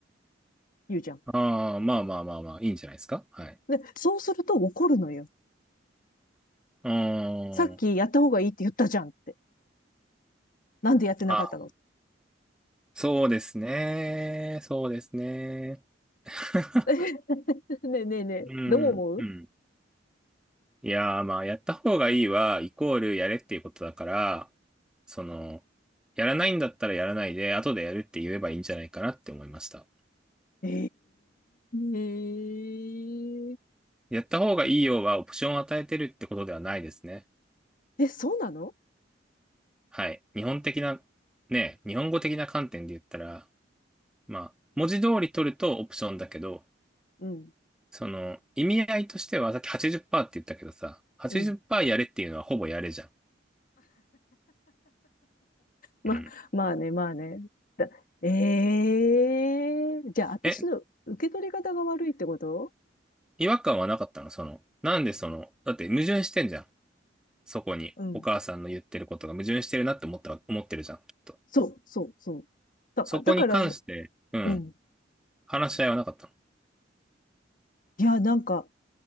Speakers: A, on the left (about 45°); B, in the centre.
A: 言うじゃん。
B: ああ、まあまあまあまあ、いいんじゃないですか。はい。
A: で、そうすると怒るのよ。
B: うー
A: さっきやった方がいいって言ったじゃんって。
B: ん。
A: なんでやってなかったの
B: あ、そうですね。そうですね。<laughs>
A: <laughs> ねえねえねえ、
B: うん、
A: どう思う
B: うん。いやー、まあ、やった方がいいは、イコールやれっていうことだから、その、やらないんだったらやらないで、後でやるって言えばいいんじゃないかなって思いました。
A: えええ
B: やった方がいいようは、オプションを与えてるってことではないですね。
A: ええ、そうなの
B: はい。日本的な、ね、日本語的な観点で言ったら、まあ、文字通り取るとオプションだけど、
A: うん、
B: その、意味合いとしては、さっき80%っパーセントって言ったけどさ、80%
A: うん。
B: やれっていうのはほぼやれじゃん。
A: ま、
B: うん。
A: まあね、まあね。だ、ええじゃあ私の受け取り方が悪いってこと
B: え、違和感はなかったのその、なんでその、だって矛盾してんじゃん。そこにお母さんの言ってることが矛盾してるなって思った思ってるじゃん、
A: うん。
B: きっと。
A: そう、そう、そう。だ、
B: そこに関して、
A: だから、う
B: うん、
A: ん。
B: 話し合いはなかったの。
A: いや、なんか、